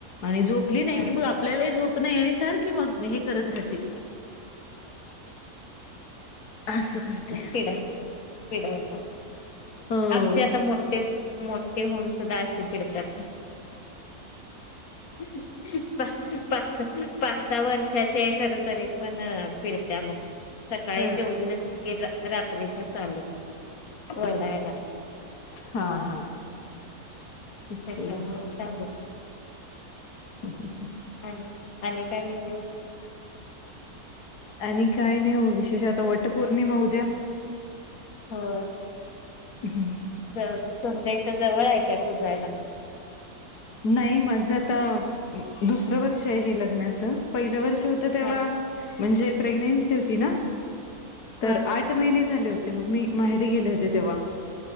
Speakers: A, on the left; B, on the left.
A: आणि झोपली नाही
B: ह
A: की मग आपल्यालाही झोप नाही सारखी मग हे करत राहते. असं करते
B: पीडाय पीडायच
A: हो
B: आमचे आता मोठे मोठे होऊन सुद्धा असे पिडतात. <unintelligible> पाच सहा वर्षाचे खरतरी पण पिडत्या बघ सकाळी
A: हा
B: जेवीली नस की रा रात्रीच चालू ओरडायला.
A: हा हा. ओके.
B: त्याच्यामुळं चालूच
A: <inaudible>
B: आनं आणि काय विशेष?
A: आणि काय नाही ओ विशेष आता वट पौर्णिमा उद्या
B: हो.
A: <unintelligible>
B: ज तुमच्या इथं जवळ आहे काय पूजायला?
A: नाही माझ आता दुसरं वर्ष हे लग्नाच पहिल वर्ष होतं तेव्हा
B: हा
A: म्हणजे प्रेग्नेंसी होती ना
B: हा
A: तर
B: हा
A: आठ महिने झाले होत मग मी माहेरी गेले होते तेव्हा